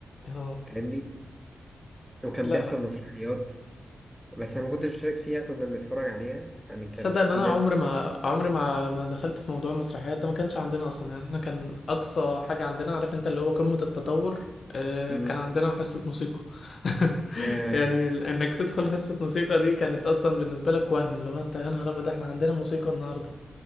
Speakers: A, on the left; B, in the centre.
A: اه
B: فاهمني وكان
A: لا
B: بيحصل
A: أنا
B: مسرحيات بس أنا ما كنتش بشارك فيها كنا بنتفرج عليها يعني كان
A: تصدق إن أنا
B: في ناس
A: عمري ما عمري ما ما دخلت في موضوع المسرحيات ده ما كانش عندنا أصلا يعني احنا كان أقصى حاجة عندنا عارف أنت اللي هو قمة التطور آه
B: مم.
A: كان عندنا حصة موسيقى <laughs>
B: ياه
A: يعني ال- إنك تدخل حصة موسيقى دي كانت أصلا بالنسبة لك وهم اللي هو أنت يا نهار أبيض احنا عندنا موسيقى النهاردة